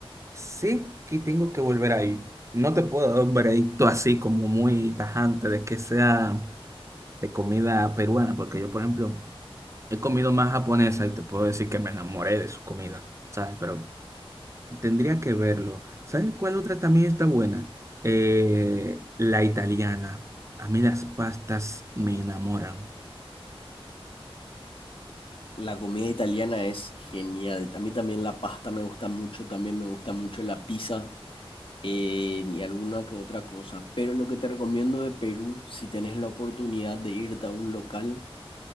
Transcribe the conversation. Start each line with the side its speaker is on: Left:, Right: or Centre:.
Right: sé que tengo que volver ahí. No te puedo dar un veredicto así como muy tajante de que sea de comida peruana, porque yo, por ejemplo, he comido más japonesa y te puedo decir que me enamoré de su comida, ¿sabes? Pero tendría que verlo. ¿Sabes cuál otra también está buena? Eh, la italiana. A mí las pastas me enamoran.
Left: La comida italiana es genial. A mí también la pasta me gusta mucho, también me gusta mucho la pizza eh, y alguna que otra cosa. Pero lo que te recomiendo de Perú, si tenés la oportunidad de irte a un local